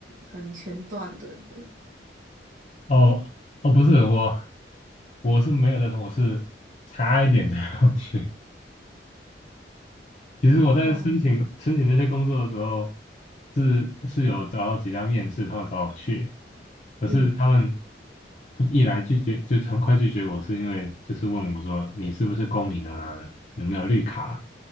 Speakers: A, on the right; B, on the left.
A: 很前段的了。
B: 哦哦，不是我，我是没有的，我是差一点就要去。其实我在申请申请那些工作的时候，
A: 哦，
B: 是是有找到几家面试，他们找我去，可是他们
A: 嗯，
B: 一来拒绝就很快拒绝我，是因为就是问我说你是不是公民啊，有没有绿卡，